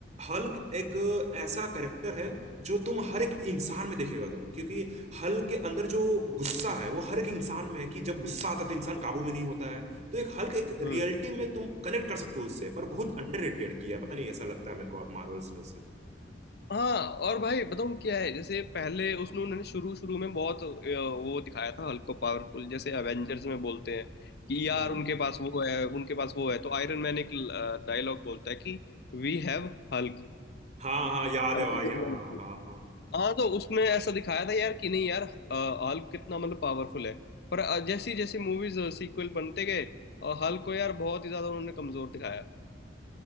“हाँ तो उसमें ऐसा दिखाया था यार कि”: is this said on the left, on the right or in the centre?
Left